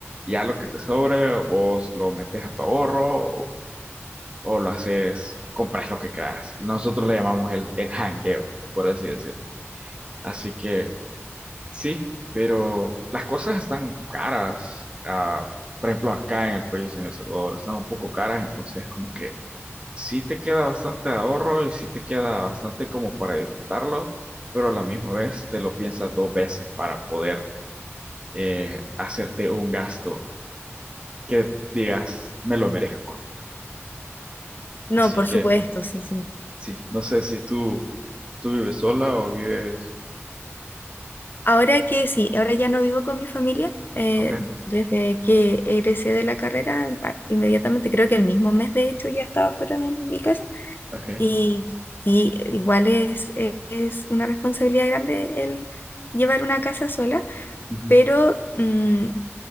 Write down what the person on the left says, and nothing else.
No,
por
supuesto, sí, sí.
Ahora que sí, ahora ya no vivo con mi familia. eh,
desde que egresé de la carrera, a- inmediatamente, creo que el mismo mes de hecho ya estaba fuera de mi casa.
Y sí, igual es, eh, es una responsabilidad grande el llevar una casa sola,
pero mm,